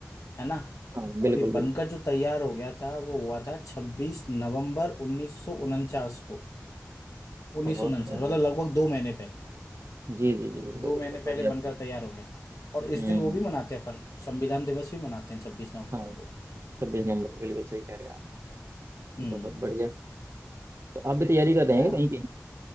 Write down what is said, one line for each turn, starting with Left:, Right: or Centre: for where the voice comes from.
Left: है ना
Right: हाँ बिल्कुल
Left: और ये
Right: बिल्कुल
Left: बनकर जो तैयार हो गया था वो हुआ था छब्बीस नवंबर उन्नीस सौ उनचास को उन्नीस
Right: बहुत
Left: सौ उनचास
Right: बढ़िया
Left: मतलब लगभग दो महीने पहले
Right: जी जी जी बिल्कुल
Left: दो
Right: बिल्कुल
Left: महीने पहले
Right: बढ़िया बढ़िया
Left: बनकर तैयार हो गया था और
Right: हम्म
Left: इस दिन वो भी मनाते हैं अपन संविधान दिवस भी मनाते हैं छब्बीस नवंबर
Right: हाँ
Left: को
Right: छब्बीस नंबर बिल्कुल सही कह रहे हैं आप
Left: हम्म
Right: बहुत बढ़िया तो आप भी तैयारी कर रहे
Left: हाँ
Right: हैं कहीं की